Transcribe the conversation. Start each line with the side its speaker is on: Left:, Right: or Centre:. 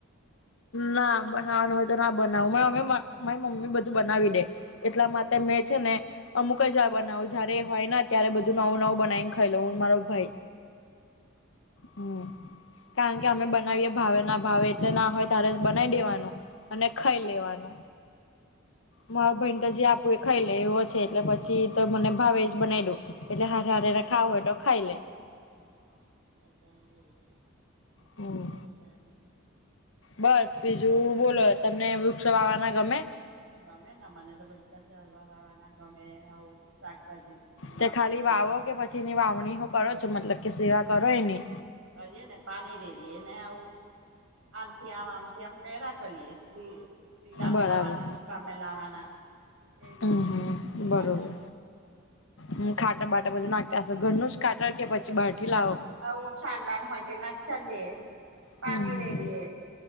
Left: ના બનાવાનું હોય તો ના બનાવું. મારી મમ્મી બધું બનાવી દે. એટલા માટે મેં છે ને અમુક જ વાર બનાવું જયારે હોય ન ત્યારે બધું નવું નવું બનાવીને ખઈ લઉં હું ને મારો ભાઈ. હમ કારણ
Right: તમે
Left: કે અમે બનાવીએ ભાવે ના ભાવે. જે ના હોય તારે જ બનાઈ દેવાનું અને ખઈ લેવાનું. મારા ભઈન તો જે આપું એ ખઈ લે એવો છે એટલે પછી તો મને ભાવે એજ બનાઈ દઉં એટલે હારે <inaudible> ખાઉં હોય તો ખઈલે.
Right: હહ હહ એ તો હારું છે.
Left: હમ
Right: બોલો તારે બીજું?
Left: બસ બીજું બોલો તમને વૃક્ષો વાવવાના ગમે?
Right: ગમે ના મને તો બધા ઝાડવા વાવાના ગમે. આવું શાકભાજી. વાવાનું
Left: તે ખાલી
Right: ગમે
Left: વાવો કે પછીની વાવણી હું કરો છો, મતલબ કે સેવા કરો એની?
Right: કરીએ ને પાણી રેડીએ ને આવું. આમથી આમ આમથી આમ કરયા કરીએ. <inaudible> લીલા
Left: બરાબર
Right: મેલાવાના, હુક્કા મેલાવાના એવી રીતને
Left: હમ હમ
Right: બધું કર્યા
Left: બરોબર
Right: કરીએ.
Left: હમ ખાતર બાટર બધું નાખતા હશો, ઘરનું જ ખાતર કે પછી બારથી લાવો?
Right: આવું છાન બાન હોય તે નાખી આલીએ. પાની
Left: હમ
Right: રેડીએ,